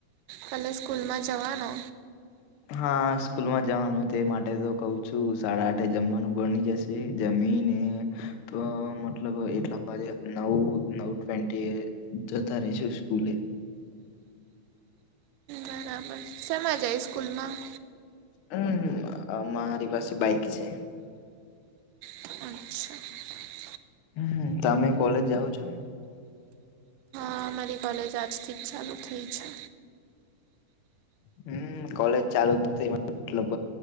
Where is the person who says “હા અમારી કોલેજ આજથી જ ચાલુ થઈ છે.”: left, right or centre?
Right